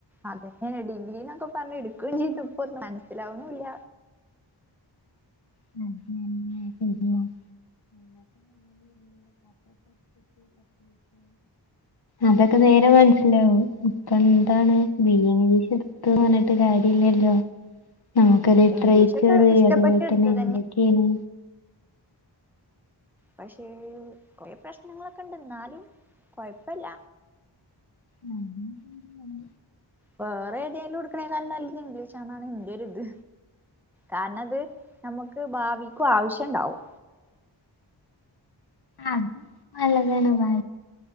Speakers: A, in the centre; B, on the left.
A: അതെന്നെ ഡിഗ്രീ എന്നൊക്കെ പറഞ്ഞു എടുക്കുകയും ചെയ്തു ഇപ്പോ ഒന്ന് മനസ്സിലാവണൂല്ല
B: <unintelligible> അതൊക്കെ നേരെ മനസിലാവും ഇപ്പൊ എന്താണ് ബി എ ഇംഗ്ലീഷ് എടുത്ത് പറഞ്ഞിട്ട് കാര്യല്ലല്ലോ ഞ ലിട്രേച്ചറ്
A: ഇംഗ്ലീഷൊക്കെ ഇഷ്ടപ്പെട്ട്
B: അതുപോലെ
A: എടുത്തതന്നെ
B: തന്നെ എന്തൊക്കെയാണ്
A: പക്ഷേ കുറേ പ്രശ്നങ്ങളൊക്കെണ്ട് എന്നാലും കൊഴപ്പല്ല
B: മ്മ്
A: വേറെ ഏതെലും എടുക്കണേക്കാളും നല്ലത് ഇംഗ്ലീഷാന്നാ ഇന്റെ ഒരു ഇത് കാരണം അത് നമുക്ക് ഭാവിക്കും ആവശ്യണ്ടാവും
B: അത് നല്ലതാണ് ഭാ